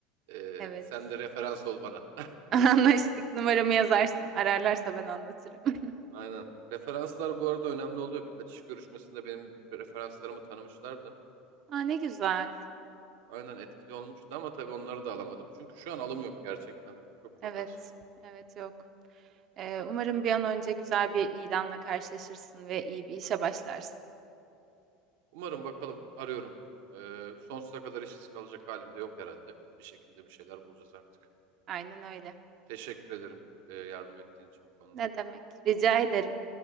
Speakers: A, on the right; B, on the right.
A: Ee,
B: Evet.
A: sen de referans ol bana.
B: <laughs> Anlaştık. Numaramı yazarsın. Ararlarsa ben anlatırım. <laughs>
A: Aynen. Referanslar bu arada önemli oluyor. Birkaç iş görüşmesinde benim referanslarımı tanımışlardı.
B: Aa, ne güzel.
A: Aynen etkili olmuştu ama tabii onları da alamadım. Çünkü şu an alım yok gerçekten. Çok çok
B: Evet.
A: az.
B: Evet yok. Ee, umarım bir an önce güzel bir ilanla karşılaşırsın ve iyi bir işe başlarsın.
A: Umarım bakalım arıyorum. Ee, sonsuza kadar işsiz kalacak halim de yok herhalde. Bir şekilde bir şeyler bulacağız artık.
B: Aynen öyle.
A: Teşekkür ederim e, yardım ettiğin için bu konuda.
B: Ne demek? Rica ederim.